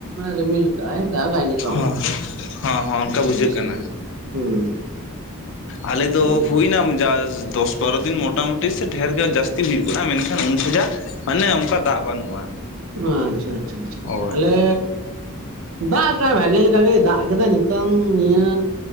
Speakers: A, on the right; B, on the left.
A: ᱨᱤᱢᱤᱞ ᱠᱟᱜ ᱟᱭ ᱫᱟᱜᱟᱭ <unintelligible>
B: ᱦᱚᱸ ᱦᱚᱸ ᱚᱱᱠᱟ
A: ᱚᱱᱟ
B: ᱵᱩᱡᱷᱟᱹᱜ
A: ᱚᱵᱚᱥᱛᱟ
B: ᱠᱟᱱᱟ
A: ᱦᱩᱸ
B: ᱟᱞᱮ
A: ᱴᱷᱤᱠ
B: ᱫᱚ
A: ᱜᱮᱭᱟ
B: ᱦᱩᱭᱱᱟ ᱡᱟᱥᱴ ᱫᱚᱥ ᱵᱟᱨᱚ ᱫᱤᱱ ᱢᱚᱴᱟᱢᱩᱴᱤ ᱰᱷᱮᱨ ᱜᱮ ᱡᱟᱹᱥᱛᱤ ᱦᱩᱭᱩᱜ ᱠᱟᱱᱟ ᱢᱮᱱᱠᱷᱟᱱ ᱩᱱ ᱠᱷᱚᱱᱟᱜ ᱢᱟᱱᱮ ᱚᱱᱠᱟ ᱫᱟᱜ ᱵᱟᱹᱱᱩᱜᱼᱟ
A: ᱚ ᱟᱪᱪᱷᱟ ᱟᱪᱪᱷᱟ
B: ᱦᱳᱭ
A: ᱟ ᱟᱞᱮ ᱫᱟᱜ ᱠᱟᱫ ᱵᱷᱟᱜᱮᱞᱮᱠᱟ ᱜᱮᱭ ᱫᱟᱜ ᱠᱮᱫᱟ ᱱᱤᱛᱚᱝ ᱱᱤᱭᱟᱹ